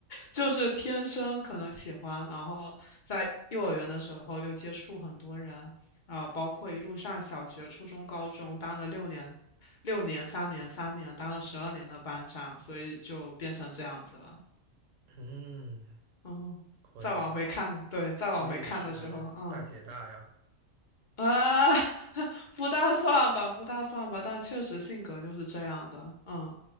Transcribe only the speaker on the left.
就是天生可能喜欢，然后在幼儿园的时候又接触很多人，然后包括一路上小学、初中、高中当了六年，六年、三年、三年，当了十二年的班长，所以就变成这样子了。
嗯，
再往回看的，对，再往回看的时候，
嗯。啊，<laughs> 不大算吧，不大算吧，但确实性格就是这样的。嗯，